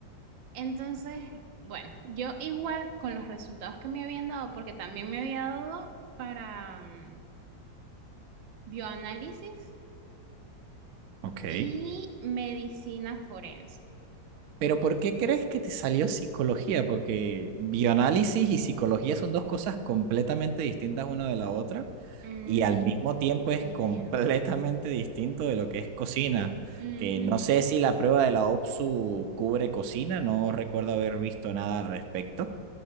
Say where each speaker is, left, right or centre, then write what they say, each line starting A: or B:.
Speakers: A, on the right; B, on the right.
A: Entonces, bueno, yo igual con los resultados que me habían dado, porque también me había dado para mm, bioanálisis
B: Ok.
A: y medicina forense.
B: Pero ¿por qué crees que te salió psicología? Porque bioanálisis y psicología son dos cosas completamente distintas una de la otra
A: Mm,
B: y al mismo tiempo es
A: Idea.
B: completamente distinto de lo que es cocina.
A: Ujú,
B: Que no sé si la prueba de la OPSU cubre cocina, no recuerdo haber visto nada al respecto.